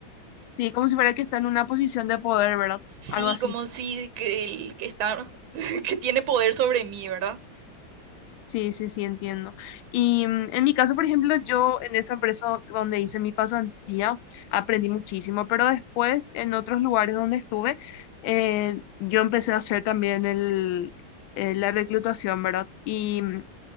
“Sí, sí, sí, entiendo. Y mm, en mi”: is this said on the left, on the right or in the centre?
Left